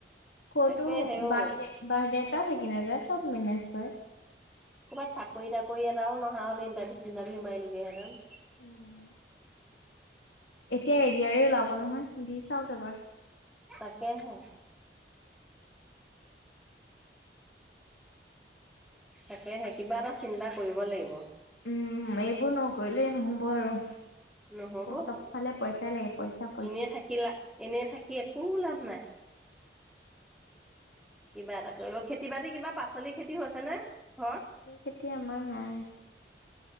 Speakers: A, on the left (about 80°); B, in the centre.
A: ক'তো,
B: তাকে হেও
A: বাৰ্থডে, বাৰ্থডে এটা থাকি নাযায়, চব মেনেজ কৰে।
B: ক'ৰবাত চাকৰি তাকৰি এটাও নহা হ'ল। ইণ্টাৰভিউ চিটাৰভিউ মাৰিলোগেহেঁন।
A: উম! এতিয়া এ ডি আৰ ই ওলাব নহয়, দি চাওঁক এবাৰ।
B: তাকেহে! তাকেহে কিবা এটা চিন্তা কৰিব লাগিব।
A: উম এইবোৰ নকৰিলেই নহ'ব আৰু
B: নহ'ব
A: চবফালে পইচাই লাগে পইচা পইচা
B: এনে থাকিলা, এনে থাকি একো লাভ নাই। কিবা এটা কৰিলেও, খেতি বাতি কিবা, পাচলি খেতি হৈছে নে? ঘৰত?
A: পাচলিৰ খেতি আমাৰ নাই।